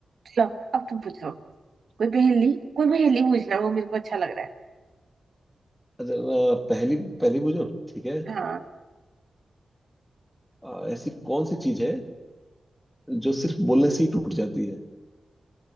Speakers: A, on the right; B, in the centre.
A: चलो अब तुम पूछो कोई पहेली कोई पहेली पूछना वो मेरे को अच्छा लग रहा
B: अच्छा अ, पहली पहली बुझो ठीक है
A: है हाँ
B: अ, ऐसी कौन सी चीज है जो सिर्फ बोलने से ही टूट जाती है